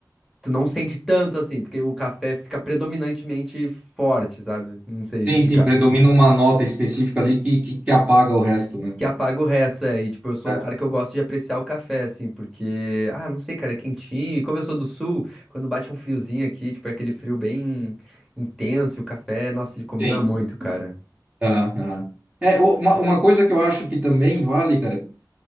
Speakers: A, in the centre; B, on the right (about 15°).
A: tu não sente tanto assim, porque o café fica predominantemente forte, sabe? Não sei explicar.
B: Sim, sim, predomina uma nota específica ali que, que, que apaga o resto, né?
A: Que apaga o resto, é. E, tipo, eu sou
B: né?
A: um cara que eu gosto de apreciar o café, assim, porque, ah, não sei, cara, é quentinho. E como eu sou do sul, quando bate um friozinho aqui, tipo, é aquele frio bem intenso, e o café, nossa, ele combina
B: Sim.
A: muito, cara.
B: Aham, aham. É, o- uma, uma coisa que eu acho que também vale, cara,